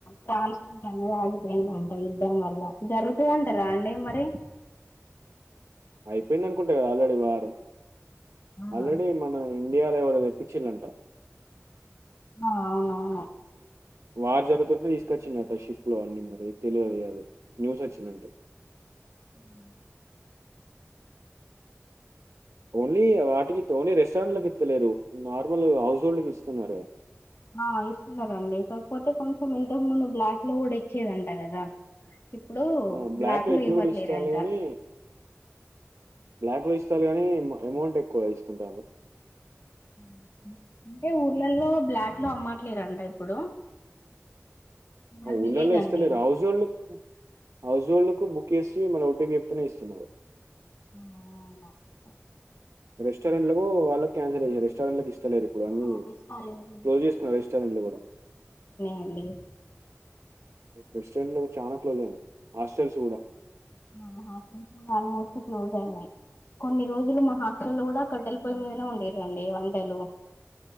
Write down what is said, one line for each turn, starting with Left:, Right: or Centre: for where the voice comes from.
Left: ట్రాన్స్పోర్ట్ అనేది ఆగిపోయిందట యుద్ ద్ధం వల్ల, జరుగుతదంటరా అండి మరీ?
Right: అయ్పెందనకుంట కదా ఆల్రెడీ వారు
Left: ఆ
Right: ఆల్రెడీ మన ఇండియాలో ఎవరో తెప్పిచ్చిర్రంట
Left: ఆ అవునవును
Right: వార్ జరుగుతుంట్నే తీసుకొచ్చిల్లట షిప్ లో అన్ని మరీ తెలియది ఇగ అది న్యూస్ వచ్చిందంతే.
Left: ఉమ్
Right: ఓన్లీ వాటికి త్ ఓన్లీ రెస్టారెంట్లకిత్తలేరు, నార్మల్ హౌస్ హోల్డ్ కిస్తున్నరే
Left: ఆ ఇస్తున్నారండి కాకపోతే కొంచెం ఇంతకు ముందు బ్లాక్ లో కూడా ఇచ్చేదంట కదా ఇప్పుడు
Right: ఆ! బ్లాక్‌లో
Left: బ్లాక్ లో
Right: ఇప్పుడు
Left: ఇవ్వట్లేరంట
Right: కూడా ఇస్తారు గానీ, బ్లాక్‌లో ఇస్తారు కానీ అమౌంట్ ఎక్కువ తీసుకుంటారూ
Left: <unintelligible> అంటే ఊర్లలో బ్లాక్ అమ్మట్లేరంట ఇప్పుడు మాది విలేజ్
Right: ఉళ్లలో ఇస్తలే
Left: అండి
Right: household household book చేసి మన ఓటీపీ చెప్తనే ఇస్తున్నారు
Left: <unintelligible>
Right: రెస్టారెంట్ వా కన్సల్ రెస్టారెంట్ ఇస్తలేరు ఇప్పుడు అన్ని
Left: ఆ, రెస్టారెంట్
Right: క్లోజ్ చేసుకున్నారు రెస్టారెంట్లు కూడా <inaudible>
Left: అండీ
Right: రెస్టారెంట్ లు కూడా చాలా క్లోజ్ అయింది హాస్టల్స్ కూడా
Left: ఆ హ హాస్టల్ కూడ చాలావరకు క్లోజ్ అయినాయి కొన్ని రోజులు మా హాస్టల్ కూడా కాటేలా పొయి మీదనే వండి రండి వంటలు